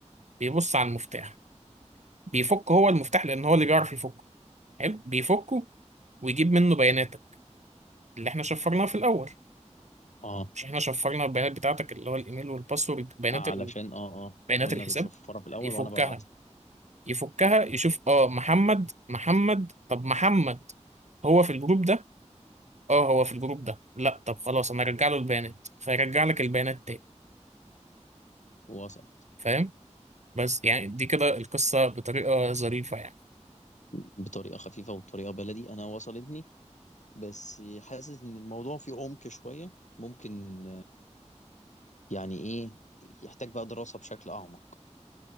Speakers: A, on the right; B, on the left.
A: بيبص على المفتاح بيفك هو المفتاح لان هو اللي بيعرف يفكه حلو بيفكه ويجيب منه بياناتك اللي احنا شفرناها في الاول
B: اه
A: مش احنا شفرنا البيانات بتاعتك اللي هو الايميل والباسورد بيانات
B: علشان
A: ال...
B: اه اه
A: بيانات
B: قلنا
A: الحساب
B: بنشفرها في الاول
A: يفكها
B: وانا ببعتها
A: يفكها يشوف اه محمد محمد طب محمد هو في الجروب ده اه هو في الجروب ده لا طب خلاص انا ارجع له البيانات فيرجع لك البيانات تاني
B: وصل
A: فاهم بس يعني دي كده القصة بطريقة ظريفة يعني
B: بطريقه خفيفه وبطريقه بلدي انا وصلتني بس حاسس ان الموضوع فيه عمق شويه ممكن يعني ايه يحتاج بقى دراسة بشكل اعمق